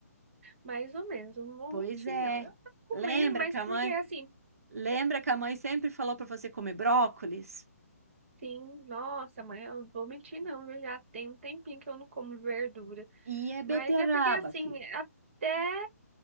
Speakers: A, on the right (about 50°); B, on the right (about 65°).
A: Mais ou menos. Eu não vou
B: Pois
A: mentir,
B: é.
A: não. Eu tô comendo,
B: Lembra
A: mas
B: que
A: porque
B: a mãe,
A: assim,
B: lembra que a mãe sempre falou para você comer brócolis?
A: sim, nossa, mãe, eu não vou mentir, não. Eu já tenho um tempinho que eu não como verdura.
B: E é beterraba,
A: Mas é porque assim,
B: filho.
A: até.